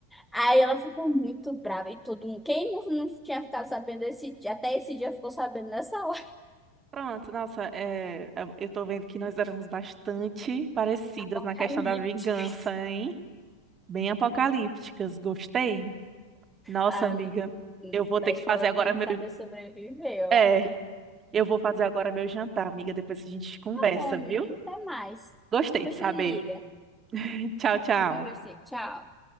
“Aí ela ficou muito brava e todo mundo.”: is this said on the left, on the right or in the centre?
Centre